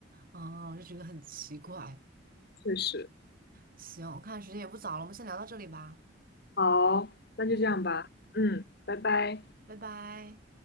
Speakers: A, on the right; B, on the left.
A: 嗯，我就觉得很奇怪。
B: 确实。
A: 行，我看时间也不早了，我们先聊到这里吧。
B: 好，那就这样吧。
A: 嗯，
B: 嗯，拜拜。
A: 拜拜。